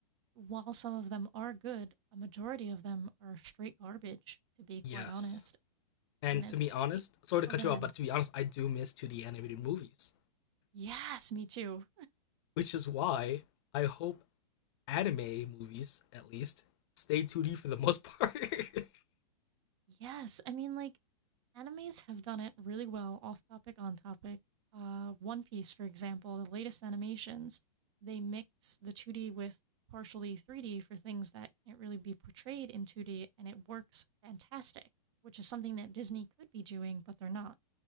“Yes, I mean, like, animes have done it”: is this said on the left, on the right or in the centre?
Right